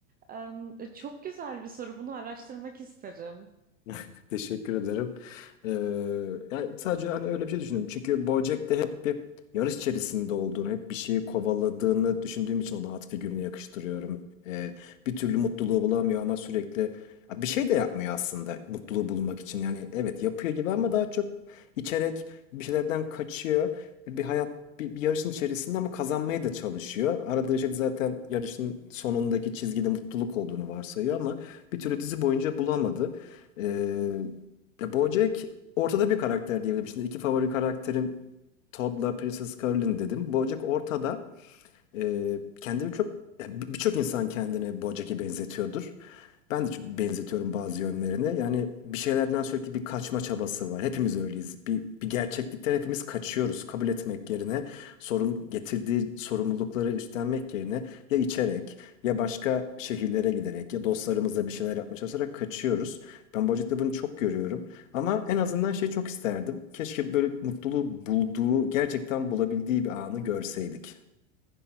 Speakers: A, on the right; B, on the left.
A: Em, e, çok güzel bir soru. Bunu araştırmak isterim.
B: <laughs> Teşekkür ederim. Ee, yani sadece hani öyle bir şey düşündüm. Çünkü BoJack'te hep bir yarış içerisinde olduğunu, hep bir şeyi kovaladığını düşündüğüm için ona at figürünü yakıştırıyorum. Ee, bir türlü mutluluğu bulamıyor ama sürekli Ya bir şey de yapmıyor aslında mutluluğu bulmak için. Yani evet yapıyor gibi ama daha çok içerek bir şeylerden kaçıyor. Bir hayat bir, bir yarışın içerisinde ama kazanmaya da çalışıyor. Aradığı şey de zaten yarışın sonundaki çizgide mutluluk olduğunu varsayıyor ama bir türlü dizi boyunca bulamadı. Ee, ya BoJack ortada bir karakter diyebilirim. Şimdi iki favori karakterim Todd'la Princess Carolyn dedim. BoJack ortada. Ee, kendimi çok yani bir- birçok insan kendini Bojack'e benzetiyordur. Ben de çok benzetiyorum bazı yönlerine. Yani bir şeylerden sürekli bir kaçma çabası var. Hepimiz öyleyiz. Bir, bir gerçeklikten hepimiz kaçıyoruz. Kabul etmek yerine sorun getirdiği sorumlulukları üstlenmek yerine ya içerek ya başka şehirlere giderek ya dostlarımızla bir şeyler yapmaya çalışarak kaçıyoruz. Ben Bojack'ta bunu çok görüyorum. Ama en azından şey çok isterdim. Keşke böyle mutluluğu bulduğu, gerçekten bulabildiği bir anı görseydik.